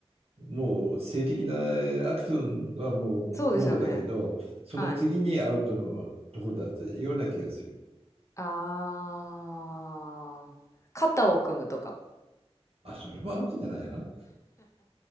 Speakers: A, on the right (about 65°); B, on the left (about 30°).
A: もう性的なアクションはもうもろだけど、
B: そうですよね。
A: その次にアウトのところだったような気がする。
B: はい。ああ。肩を組むとか。
A: あ、それもアウトじゃないな。